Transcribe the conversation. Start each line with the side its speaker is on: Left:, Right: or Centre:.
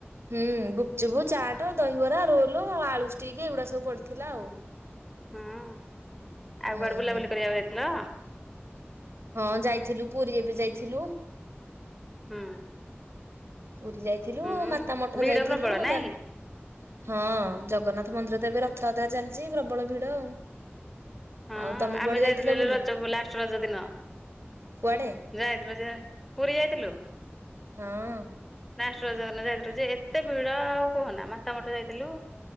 Right: ହୁଁ ଗୁପଚୁପୁ ଚାଟ ଦହିବରା ରୋଲ ଆଉ ଆଳୁ ଷ୍ଟିକ୍ ଏଗୁଡା ସବୁ ପଡିଥିଲା ଆଉ।
Centre: ହଁ ଆଉ
Right: ହୁଁ
Centre: ଗୁଆଡେ ବୁଲାବୁଲି କରିବାକୁ ଯାଇଥିଲ
Right: ହଁ ଯାଇଥିଲୁ ପୁରୀ ଏବେ ଯାଇଥିଲୁ।
Centre: ହୁଁ।
Right: ପୁରୀ ଯାଇଥିଲୁ
Centre: ହୁଁ
Right: ମାତା ମଠ
Centre: ଭିଡ
Right: ଯାଇଥିଲୁ
Centre: ପ୍ରବଳ ନାଇଁ?
Right: ତା ହଁ ଜଗନ୍ନାଥ ମନ୍ଦିର ତ ଏବେ ରଥଯାତ୍ରା ଚାଲିଛି ପ୍ରବଳ ଭିଡ ଆଉ
Centre: ହଁ
Right: ଆଉ ତମେ
Centre: ଆମେ
Right: କୁଆଡେ
Centre: ଯାଇଥିଲୁ
Right: ଯାଇଥିଲ ବୋଲି
Centre: ରଜକୁ ଲାଷ୍ଟ ରଜ ଦିନ
Right: କୁଆଡେ-
Centre: ଯାଇଥିଲୁ ଯେ ପୁରୀ ଯାଇଥିଲୁ
Right: ହଁ।
Centre: ନାଷ୍ଟ ଯାଇଥିଲୁ ଯେ ଏତେ ଭିଡ ଆଉ କୁହନା ମାତା ମଠ ଯାଇଥିଲୁ।